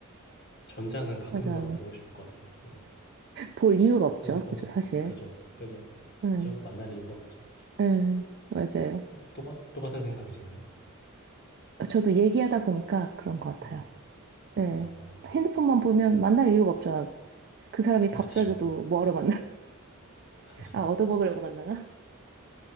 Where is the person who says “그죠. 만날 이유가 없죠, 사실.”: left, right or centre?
Left